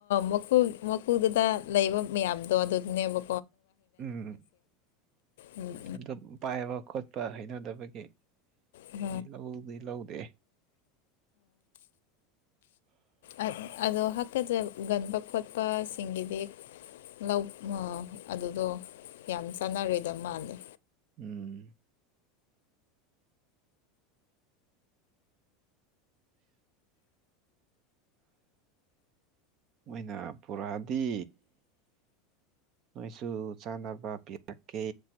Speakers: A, on the left; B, on the right.
A: ꯃꯀꯨ ꯃꯀꯨꯗꯨꯗ ꯂꯩꯕ ꯃꯌꯥꯝꯗꯣ ꯑꯗꯨꯅꯦꯕ
B: ꯎꯝ
A: ꯎꯝ
B: ꯑꯗꯨ ꯄꯥꯏꯕ ꯈꯣꯠꯄ ꯍꯩꯅꯗꯕꯒꯤ
A: ꯎꯝ
B: ꯂꯧꯗꯤ ꯂꯧꯗꯦ
A: ꯑ ꯑꯗꯣ ꯟꯕ ꯈꯣꯠꯄꯁꯤꯡꯒꯤꯗꯤ ꯂꯧ ꯑꯗꯨꯗꯣ ꯌꯥꯝ ꯆꯥꯟꯅꯔꯣꯏꯗ ꯃꯥꯜꯂꯦ
B: ꯎꯝ ꯃꯣꯏꯅ ꯄꯨꯔꯥꯗꯤ ꯅꯣꯏꯁꯨ ꯆꯥꯅꯕ ꯄꯤꯔꯀꯦ